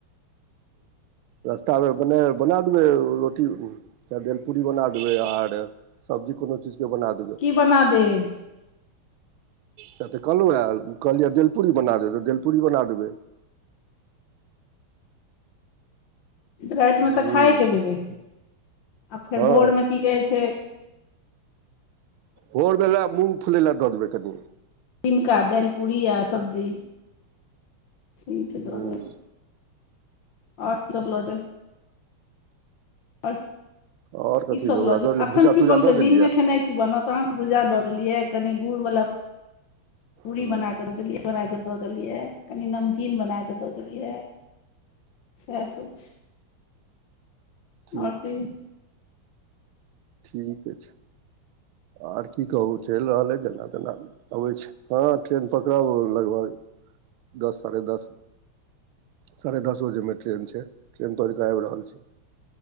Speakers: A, on the right (about 75°); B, on the left (about 60°).
A: रस्ता में बना बना देबै रोटी केँ दल पूड़ी बना देबै आर सब्जी कोनो चीज केँ बना देबै
B: की बना देब
A: से तऽ कहलु है कहलियै दैल पुरी बना देबै तऽ दैल पूरी बना देबै
B: राइत में
A: हूँ
B: तऽ खाए केँ जेबै <inaudible> आ फेर
A: हँ
B: भोर में की कहै छै
A: भोर में वैह मूँग फुलै लए दऽ देबै कनि
B: तिनका हाइल पूड़ी आ सब्जी <inaudible> ठीक छै
A: हूँ
B: दऽ <unintelligible> आओर
A: आओर कथी
B: की सब
A: दू ओकरा
B: लऽ
A: दऽ देलियै
B: अखन
A: भुजा
B: की
A: तुजा
B: बनते
A: दऽ देलियै
B: दिन में खेनाइ की बनत अहाँ भुजा दऽ देलियै कनि गुड़ बला <inaudible> पूरी
A: हँ
B: बना कऽ देलियै बना कऽ दऽ देलियै कनि नमकीन बना कऽ दऽ देलियै। सएह सभ
A: ठीक
B: आओर त।
A: ठीके छै। आर की कहू चलि रहल हइ जेना तेना। अबै छै। हँ ट्रेन पकड़ब लगभग दस साढ़े दस। साढ़े दस बजेमे ट्रेन छै। ट्रेन तोड़िकऽ आबि रहल छि।